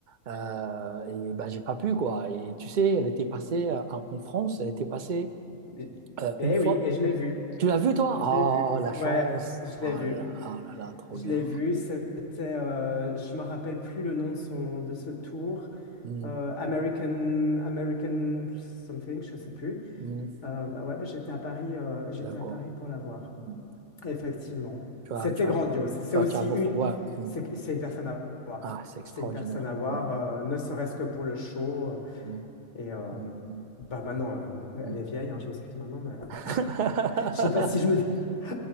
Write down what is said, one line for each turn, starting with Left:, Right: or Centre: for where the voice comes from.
Right: euh, et bah j'ai pas pu, quoi. Et tu sais, elle était passée à- en France, elle était passée
Left: et-
Right: euh,
Left: Eh
Right: une fois.
Left: oui, et je l'ai vu.
Right: Tu l'as vu, toi?
Left: Je
Right: Ah,
Left: l'ai vu.
Right: la chance.
Left: Ouais, je l'ai
Right: Ah
Left: vu.
Right: là là, ah là là, trop
Left: Je
Right: bien.
Left: l'ai vu, c'était, euh, je me rappelle plus le nom de son, de ce tour,
Right: Hmm,
Left: Euh, American, American something, je sais plus.
Right: hmm,
Left: Euh, bah ouais, bah j'étais à Paris, euh, j'étais
Right: d'accord.
Left: à Paris pour la voir.
Right: Hmm.
Left: Effectivement,
Right: Tu
Left: c'était
Right: as, tu
Left: grandiose.
Right: as,
Left: C'est
Right: enfin,
Left: aussi
Right: tu as beaucoup.
Left: une,
Right: Ouais. hmm.
Left: c'est c'est une personne à voir.
Right: Ah, c'est extraordinaire.
Left: C'est une personne à voir,
Right: Ouais.
Left: euh, ne serait-ce que pour le show. euh,
Right: Hmm,
Left: Et euh,
Right: hmm, hmm,
Left: bah maintenant, euh,
Right: hmm.
Left: elle est vieille, hein, je m'excuse maintenant, mais euh,
Right: <laughs>
Left: je sais pas si je me, <laughs>